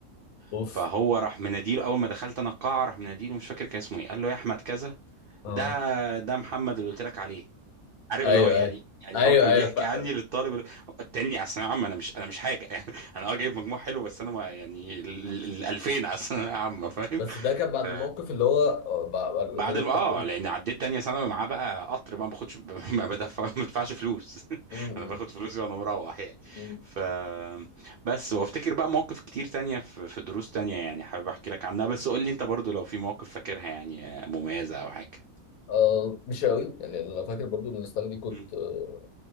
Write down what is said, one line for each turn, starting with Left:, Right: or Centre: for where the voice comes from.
Left: اوف
Right: فهو راح مناديله اول ما دخلت انا القاعه راح مناديله مش فاكر كان اسمه ايه قال له يا احمد كذا
Left: اه
Right: ده ده محمد اللي قلت لك عليه عارف
Left: ايوه
Right: اللي هو يعني
Left: ايوه
Right: يعني
Left: ايوه
Right: هو كان
Left: ايوه
Right: بيحكي
Left: فعلا
Right: عني للطالب اللي- التاني على الثانويه عامه انا مش انا مش حاجه <laughs> يعني انا اه جايب مجموع حلو بس انا ما يعني ال ال- 2000 على الثانويه عامه فاهم
Left: بس ده كان بعد
Right: ف...
Left: الموقف اللي هو آه، بعد بعد لما
Right: بعد
Left: جبت
Right: ما اه
Left: 40
Right: لان عديت تانية ثانوي معاه بقى قطر بقى ما باخدش <laughs> ما بدفع ما بدفعش فلوس <laughs>
Left: امم
Right: انا باخد فلوسي وانا مروح يعني
Left: امم
Right: ف بس وافتكر بقى مواقف كتير تانية في في دروس تانية يعني حابب احكي لك عنها بس قول لي انت برضو لو في مواقف فاكرها يعني مميزة او حاجة
Left: آه مش قوي يعني انا فاكر برضو ان السنه دي كنت
Right: مم.
Left: آه،